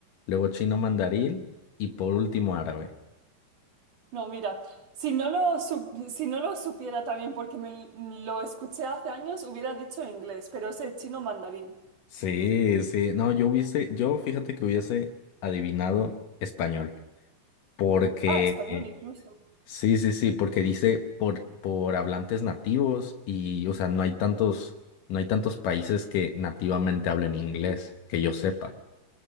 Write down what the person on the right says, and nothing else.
No, mira, si no lo, su- si no lo supiera también porque me lo escuché hace años, hubiera dicho inglés, pero es el chino mandarín.
Ah, español
incluso.